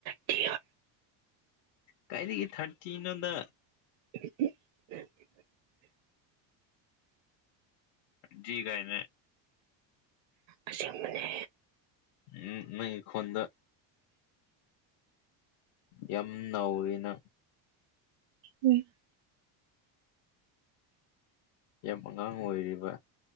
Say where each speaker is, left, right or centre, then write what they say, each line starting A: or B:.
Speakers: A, on the right; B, on the left.
A: ꯇꯇꯤ
B: ꯀꯥꯏꯗꯒꯤ ꯊꯥꯔꯇꯤꯅꯣꯗ
A: <inaudible>
B: ꯖꯤꯒꯥꯏꯅꯦ
A: ꯑꯁꯦꯡꯕꯅꯦ
B: ꯎꯝ ꯅꯒꯤ ꯈꯣꯟꯗꯣ ꯌꯥꯝ ꯅꯧꯔꯤꯅ
A: ꯎꯝ
B: ꯌꯥꯝ ꯑꯉꯥꯡ ꯑꯣꯏꯔꯤꯕ